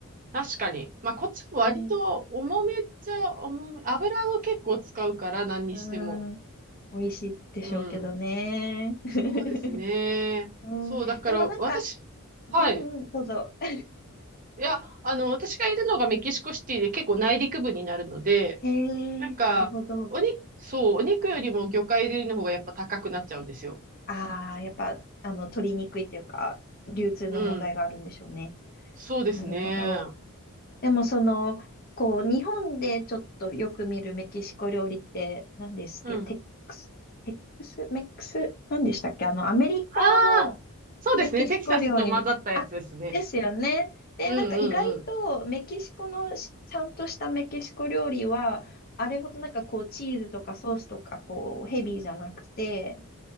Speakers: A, on the right; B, on the left.
A: 確かに。まあ、こっちも割と重めっちゃ重め。
B: うん、
A: 油を結構使うから、何にしても。
B: うん、美味しいでしょうけどね。
A: うん。
B: <laughs>
A: そうですね。
B: うん、
A: そう、だから、
B: でもなんか、
A: 私、
B: うんうん、
A: はい。
B: どうぞ。<laughs>
A: いや、あの、私がいるのがメキシコシティで結構内陸部になるので、
B: へえ、
A: なんか、
B: なるほど。
A: お肉、そう、お肉よりも魚介類の方がやっぱ高くなっちゃうんですよ。
B: ああ、やっぱ、あの、取りにくいというか、流通の問題があるんでしょうね。
A: うん。そうですね。
B: なるほど。でもその、こう、日本でちょっとよく見るメキシコ料理って何ですっけテックス、
A: うん。
B: テックス、メックス、何でしたっけあの、アメリカの
A: ああ、そうですね。
B: メキシコ料理。
A: テキサスと混ざったやつですね。
B: あ、ですよね。で、
A: うんうんうん。
B: なんか意外とメキシコのしちゃんとしたメキシコ料理は、あれほどなんかこう、チーズとかソースとかこう、ヘビーじゃなくて、